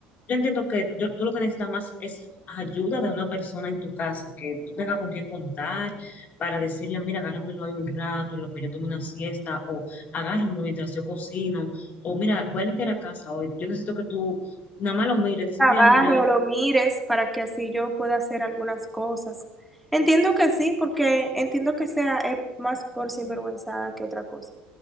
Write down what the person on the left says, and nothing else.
yo entiendo que yo- tú lo que necesitas más es ayuda de una persona en tu casa, que tú tengas con quién contar para decirle, mira, agárramelo ahí un rato en lo que yo tomo una siesta, o agárramelo mientras yo cocino, o mira, voy a limpiar la casa hoy, yo necesito que tú nada más lo mires, te sientes,
"Ah, mira,